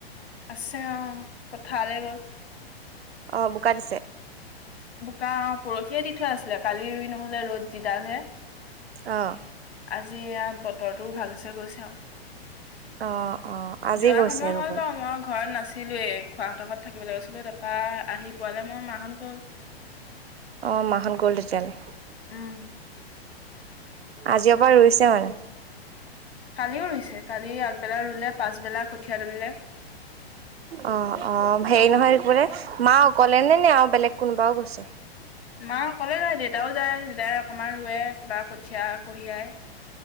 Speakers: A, on the left (about 80°); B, on the right (about 75°).
A: আছে অহ পথাৰলে গ'ল।
B: অহ বোকা দিছে।
A: বোকা অ' পৰসিয়ে দি থোৱা আছিলে কালি ৰুই নহলে ৰ'দ যিডালহে।
B: আহ।
A: আজি এয়া বতৰটো ভাল হৈছে গৈছে আৰু।
B: অ অ আজি
A: যোৱা
B: গৈছে
A: সময়
B: ৰুবলে।
A: হ'ল বাৰু মই ঘৰত নাছি চিলোৱে খোৱাহতৰ ঘৰত থাকিবলৈ গৈছিলো তাপা আহি পোৱালে মই মাহত গ'ল।
B: অঁ মাহত গ'ল তেতিয়া হ'লে।
A: উম
B: আজিৰ পৰা ৰুইছে মানে।
A: কালিও ৰুইছে কালি আগবেলা ৰুলে পাছবেলা কঠীয়া তুলিলে।
B: অহ অহ হেৰি নহয় একবোৰে মা অকলে নে নে আৰু বেলেগ কোনোবাও গৈছে?
A: মা অকলে যায় দেউতাও যায় দেতাই অকমান ৰুৱে তাপা কঠিয়া কঢ়িয়াই।